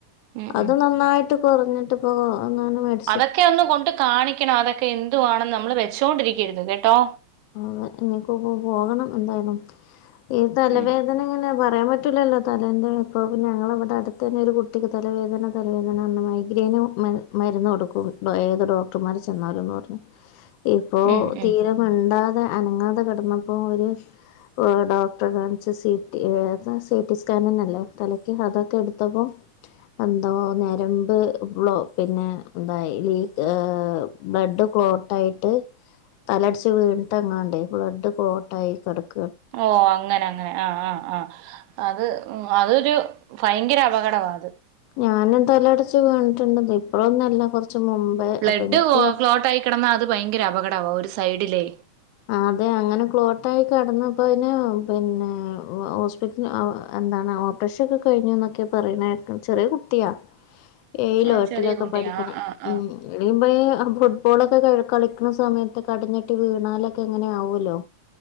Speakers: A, on the right (about 80°); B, on the left (about 75°).
A: ഉം
B: അത്
A: ഉം
B: നന്നായിട്ട് കുറഞ്ഞിട്ട് ഇപ്പം <unintelligible>
A: അതൊക്കെ ഒന്ന് കൊണ്ട് കാണിക്കണം അതൊക്കെ എന്തുവാണെന്ന് നമ്മള് വെച്ചോണ്ടിരിക്കരുത് കേട്ടോ
B: <unintelligible> പോകണം എന്തായാലും ഈ തലവേദന
A: ഉം
B: <unintelligible> പറയാൻ പറ്റില്ലല്ലോ തലേന്റെ ഇപ്പൊ ഞങ്ങളവിടെ അടുത്ത് തന്നെ ഒരു കുട്ടിക്ക് തലവേദന <unintelligible> മൈഗ്രെയിന് മരുന്ന് കൊടുക്കും ഇപ്പം ഏത് ഡോക്ടർമാർ ചെന്നാലുംന്ന് പറഞ്ഞ്
A: <inaudible>
B: ഇപ്പോ
A: ഉം ഉം
B: തീരെ മിണ്ടാതെ അനങ്ങാതെ കിടന്നപ്പോ ഒര് ഒ ഡോക്ടറെ കാണിച്ച് സി ടി എ താ സി ടി സ്കാൻ തന്നല്ലേ തലക്ക് അതൊക്കെ എടുത്തപ്പോ എന്തോ ഞരമ്പ് <unintelligible> പിന്നെ ഇതായി <unintelligible> ബ്ലഡ് ക്ലോട്ട് ആയിട്ട് തലയിടിച്ച് വീണിട്ടങ്ങാണ്ടെ ബ്ലഡ് ക്ലോട്ട് ആയി <unintelligible>
A: ഓ അങ്ങനെ അങ്ങനെ ആ ആ ആ അത് അതൊരു ഭയങ്കര അപകടമാ അത്
B: ഞാനും തല അടിച്ചു വീണിട്ടുണ്ടെന്നേ ഇപ്പോഴൊന്നും അല്ല കുറച്ച് <unintelligible>
A: ബ്ലഡ്
B: എനിക്ക്
A: ക്ലോട്ട് ആയി കിടന്നാ അത് ഭയങ്കര അപകടവാ ഒരു സൈഡിലേ
B: അതെ അങ്ങനെ ക്ലോട്ട് ആയി കിടന്നപ്പോ <unintelligible> പിന്നെ <unintelligible> <unintelligible> ഓപ്പറേഷൻ ഒക്കെ കഴിഞ്ഞു എന്നൊക്കെ <unintelligible> ചെറിയ കുട്ടിയാ
A: <inaudible>
B: ഏഴിലോ എട്ടിലോ
A: ചെറിയ
B: ഒക്കെ
A: കുട്ടി
B: പഠിക്കണെ
A: ആ ആ ആ
B: ഉം <unintelligible> ഫുട്ബോളൊക്കെ കളിക്കണ സമയത്ത് കടിഞ്ഞിട്ടി വീണാല് ഇങ്ങനെ ആവുമല്ലോ